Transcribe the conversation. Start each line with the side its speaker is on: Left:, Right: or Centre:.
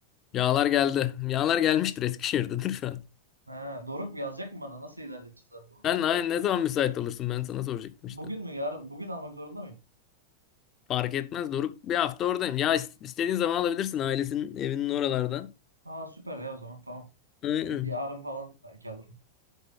Left: Yağlar geldi. Yağlar gelmiştir Eskişehir'dedir şu an.
Right: Ha, Doruk mu yazacak mı bana? Nasıl ilerleteceğiz abi bunu?
Left: Sen ay- ne zaman müsait olursun? Ben sana soracaktım
Right: Bugün
Left: işte.
Right: mü yarın? Bugün almak zorunda mıyım?
Left: Fark etmez Doruk. Bir hafta oradayım. Ya is- istediğin zaman alabilirsin ailesinin evinin oralarda.
Right: Aa süper ya o zaman tamam.
Left: Aynen.
Right: Y- Yarın falan belki alırım.